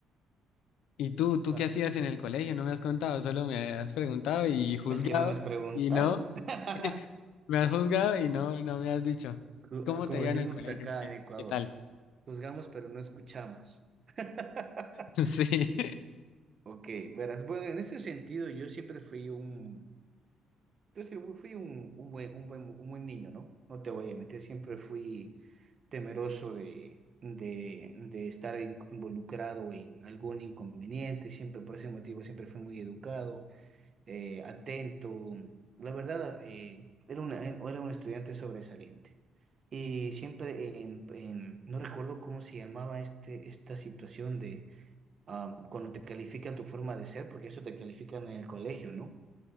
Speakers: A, on the left (about 85°); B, on the right (about 45°).
A: ¿Y tú, tú
B: ¿sabes?
A: qué hacías en el colegio? No me has contado, solo me has preguntado y juzgado
B: Es que no me has preguntado.
A: y no.
B: <laughs>
A: <laughs> Me has juzgado y no, no me has dicho.
B: Co-
A: ¿Cómo
B: Como
A: te iba
B: decimos
A: en el colegio?
B: acá
A: ¿Qué
B: en Ecuador,
A: qué tal?
B: juzgamos pero no escuchamos. <laughs>
A: <laughs> Sí.
B: Ok, verás, bueno, en ese sentido yo siempre fui un... Entonces bu- fui un, un buen, un buen, un buen niño, ¿no? No te voy a meter. siempre fui temeroso de, de, de estar in- involucrado en algún inconveniente, siempre por ese motivo siempre fui muy educado, eh, atento. La verdad, eh, era una, era un estudiante sobresaliente. Y siempre, en, en- no recuerdo cómo se llamaba este, esta situación de ah, cuando te califican tu forma de ser, porque eso te califican en el colegio, ¿no?